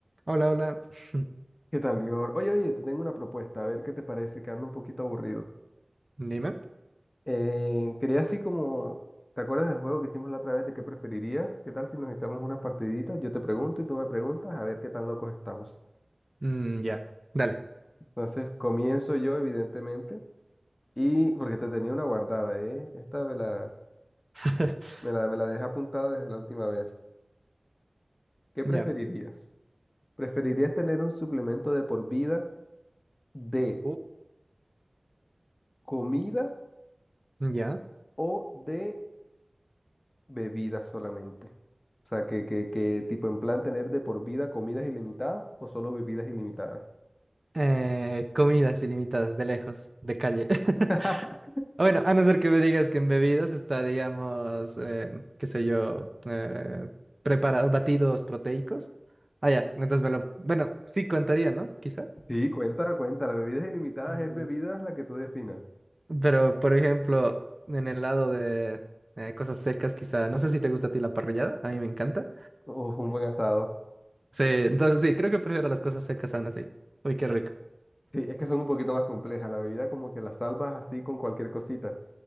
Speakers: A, on the right (about 40°); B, on the left (about 40°).
A: Hola, hola. <laughs>
B: ¿Qué tal, Lior? Oye, oye, te tengo una propuesta, a ver qué te parece, que ando un poquito aburrido.
A: Dime.
B: Eh, quería así como, ¿te acuerdas del juego que hicimos la otra vez de qué preferirías? ¿Qué tal si nos echamos unas partiditas? Yo te pregunto y tú me preguntas, a ver qué tan locos estamos.
A: Mm, ya, dale.
B: Entonces, comienzo yo, evidentemente, y porque te tenía una guardada, ¿eh? Esta me la,
A: <laughs>
B: me la, me la dejé apuntada desde la última vez. ¿Qué
A: Ya.
B: preferirías? ¿Preferirías tener un suplemento de por vida de
A: Uh,
B: comida
A: Ya.
B: o de bebida solamente? O sea, que, que, que tipo en plan tener de por vida comidas ilimitadas o solo bebidas ilimitadas.
A: Eh, comidas ilimitadas, de lejos, de calle. <laughs>
B: <laughs>
A: Ah, Bueno, a no ser que me digas que en bebidas está, digamos, eh, qué sé yo, eh, preparados, batidos proteicos. Ah, ya, entonces me lo... Bueno, sí contaría, ¿no? Quizá.
B: Sí, cuenta, cuenta. Las bebidas ilimitadas
A: mm,
B: es bebidas la que tú definas.
A: Pero, por ejemplo, en el lado de eh, cosas secas, quizá, no sé si te gusta a ti la parrillada, a mí me encanta.
B: Uf, un buen asado.
A: Sí, entonces sí, creo que prefiero las cosas secas aún así. Uy, qué rico.
B: Sí, es que son un poquito más complejas. La bebida como que la salvas así con cualquier cosita.